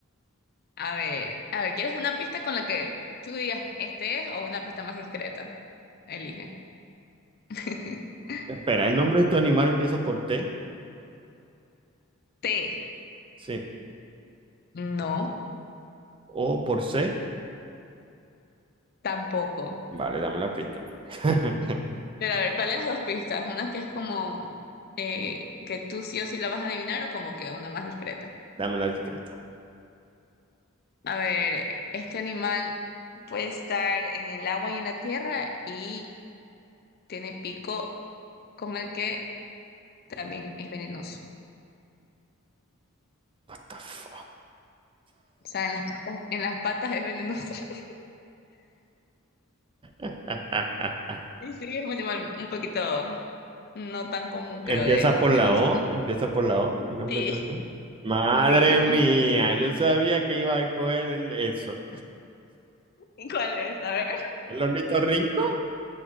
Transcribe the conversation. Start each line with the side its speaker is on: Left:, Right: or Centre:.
Left: A ver, a ver, ¿quieres una pista con la que tú digas este es o una pista más discreta? Elige. <laughs>
Right: Espera, ¿el nombre de tu animal empieza por T?
Left: T.
Right: Sí.
Left: No,
Right: ¿O por C?
Left: tampoco.
Right: Vale, dame la pista. Porque... <laughs>
Left: Pero a ver, ¿cuál de las dos pistas? Una que es como eh, que tú sí o sí la vas a adivinar o como que una más discreta.
Right: Dame la discreta.
Left: A ver, este animal puede estar en el agua y en la tierra y tiene pico con el que también es venenoso.
Right: What the fuck?
Left: O sea, en las patas, en las patas es venenoso. <laughs>
Right: <laughs>
Left: Y sí, es un animal un poquito no tan común,
Right: Empieza
Left: creo, de,
Right: por
Left: de
Right: la
Left: mencionar.
Right: O, empieza por la O, el nombre
Left: Sí,
Right: de tu animal. Madre
Left: sí.
Right: mía, yo sabía que iba a coger eso.
Left: <laughs> ¿Cuál es? A ver.
Right: ¿El hornito Rinco?